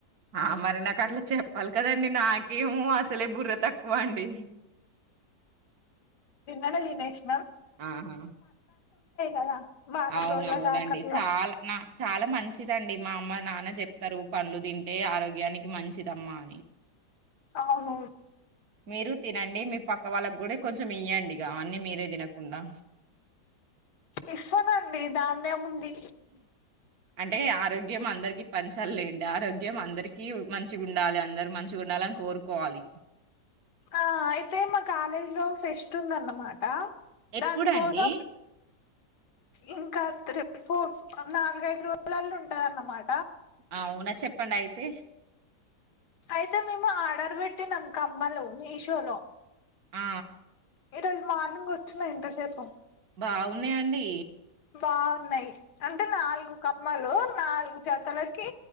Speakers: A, on the right; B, on the left.
A: ఆ మరి నాకట్లే చెప్పాలి కదండి నాకేమో అసలే బుర్ర తక్కువండి
B: అలాగే నెష్
A: ఆహా
B: కదా వారం
A: అవునవునండి
B: రోజుల దాకట్లా
A: చాలా నా చాలా మంచిదండి మా అమ్మ నాన్న చెప్తారు పండ్లు తింటే ఆరోగ్యానికి మంచిదమ్మా అని
B: అవును
A: మీరు తినండి మీ పక్క వాళ్ళకు కూడా కొంచెం ఇయ్యండి ఇగా అన్ని మీరే తినకుండా
B: ఇస్తానండి దాందేముంది
A: అంటే ఆరోగ్యం అందరికి పంచాలేండి ఆరోగ్యం అందరికి మంచిగా ఉండాలి అందరు మంచిగా ఉండాలని కోరుకోవాలి
B: ఆ అయితే మా కాలేజీ లో ఫెస్ట్ ఉందన్నమాట
A: ఎప్పుడండి
B: దాని కోసం ఇంకా త్రి ఫోర్ నాలుగైదు రోజులల్లో ఉంటాదన్నమాట
A: అవున చెప్పండి అయితే
B: అయితే మేము ఆర్డర్ పెట్టినాం కమ్మలు మీ షోలో
A: మ్మ్
B: ఈ రోజు మార్నింగ్ వచ్చిన ఇంతసేపూ
A: బాగున్నాయండి
B: బావున్నాయి అంటే నాలుగు కమ్మలు నాలుగు జతలకి